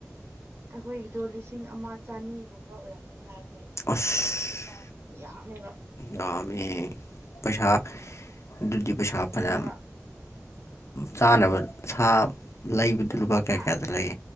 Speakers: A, on the right (about 55°); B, on the left (about 65°).
A: ꯑꯩꯈꯣꯏꯒꯤꯗꯣ ꯂꯤꯁꯤꯡ ꯑꯃ ꯆꯅꯤꯒꯨꯝꯕ ꯑꯣꯏꯔꯝꯅꯤ ꯍꯥꯏꯕ
B: ꯑꯁ
A: ꯌꯥꯝꯃꯦꯕ
B: ꯌꯥꯃꯦ ꯄꯁꯥꯞ ꯗꯨꯖ ꯄꯦꯁꯥꯞ
A: ꯀꯔꯤ
B: ꯐꯅ
A: ꯍꯥꯏꯕ
B: ꯆꯥꯅꯕ ꯁꯥ ꯂꯩꯕꯗꯤ ꯂꯨꯄꯥ ꯀꯌꯥ
A: ꯍꯥ
B: ꯀꯌꯥꯗ ꯂꯩ